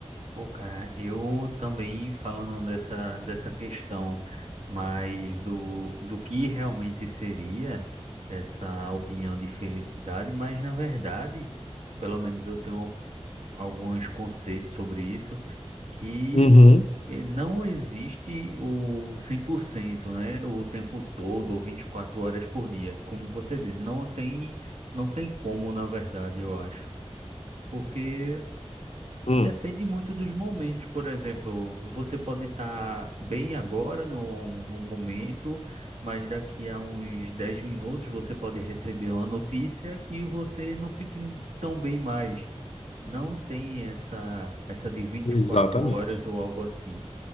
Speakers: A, on the right; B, on the left.
A: Pô, cara, eu também falando dessa, dessa questão, mas do, do que realmente seria essa opinião de felicidade, mas na verdade, pelo menos eu tenho alguns conceitos sobre isso. que
B: Uhum.
A: eh, não existe o 100%, né? O tempo todo, ou 24 horas por dia. Como você diz, não tem, não tem como, na verdade, eu acho. Porque depende
B: Hum,
A: muito dos momentos. Por exemplo, você pode estar bem agora, no, no momento, mas daqui a uns 10 minutos você pode receber uma notícia que você não fique tão bem mais. Não tem essa, essa de vinte e
B: exatamente.
A: quatro horas ou algo assim.